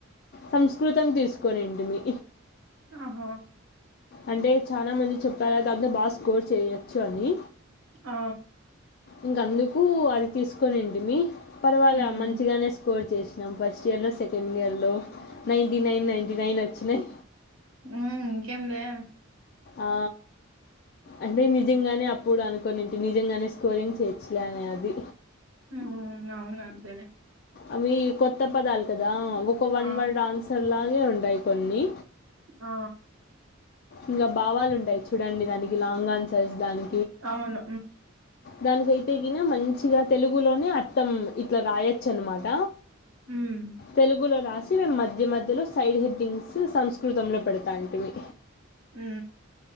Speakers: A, on the left; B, on the right.
A: సంస్కృతం తీసుకోనింటిమి
B: ఆహ
A: అంటే చాలా మంది చెప్పారా దాంతో బాగా స్కోర్ చేయచ్చు అని
B: ఆ
A: ఇంక అందుకు అది తీసుకొనింటి మీ పర్వాల
B: ఉమ్
A: మంచిగానే స్కోర్ చేసినాం ఫస్ట్ ఇయర్లో సెకండ్ ఇయర్లో నైంటీ నైన్ నైంటీ నైన్ వచ్చినాయి
B: ఉ ఇంకేంది
A: ఆ అంటే నిజంగానే అప్పుడు అనుకోనింటి నిజంగానే స్కోరింగ్ చేయచ్చలే అనే అది
B: హ అవును అంతేలే
A: అవి కొత్త పదాలు కదా ఒక వన్
B: ఆ
A: వర్డ్ ఆన్సర్ లాగే ఉంటాయి కొన్ని
B: ఆ
A: ఇంకా భావాలు ఉంటాయి చూడండి దానికి లాంగ్ ఆన్సర్స్ దాని
B: అవును
A: దానికైతే గిన మంచిగా తెలుగులోనే అర్థం ఇట్లా రాయచ్చనమాట
B: ఉమ్
A: తెలుగులో రాసి మేము మధ్య మధ్యలో సైడ్ హెడ్టింగ్స్ సంస్కృతంలో పెడతా అంటిమీ
B: ఉ